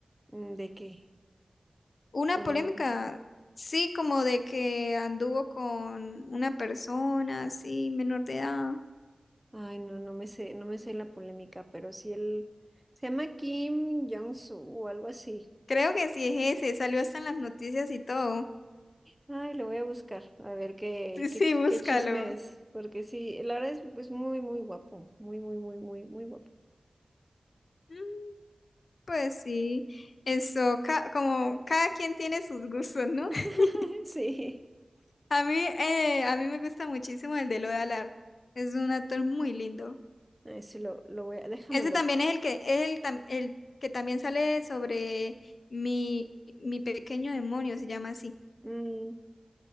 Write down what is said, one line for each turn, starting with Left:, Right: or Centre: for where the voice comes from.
Centre: Mm, ¿De qué?
Left: Una
Centre: Polémica.
Left: polémica, sí, como de que anduvo con una persona así, menor de edad.
Centre: Ay, no, no me sé, no me sé la polémica, pero sí él se llama Kim Jong-soo o algo así.
Left: Creo que sí es ese, salió hasta en las noticias y todo. <laughs>
Centre: Ay, lo voy a buscar, a ver qué,
Left: Sí, sí,
Centre: qué,
Left: búscalo.
Centre: qué chisme es, porque sí, la verdad es, es muy, muy guapo, muy, muy, muy, muy, muy guapo.
Left: Mm, Pues sí, eso, ca- como cada quien tiene sus gustos, ¿no?
Centre: <laughs>
Left: <laughs>
Centre: Sí,
Left: A mí, eh, a mí me gusta muchísimo el de Lola Lar. Es un actor muy lindo.
Centre: Ay, sí, lo, lo voy a, déjamelo.
Left: Ese también es el que es el, tam- el que también sale sobre mi, mi pequeño demonio, se llama así.
Centre: Mm,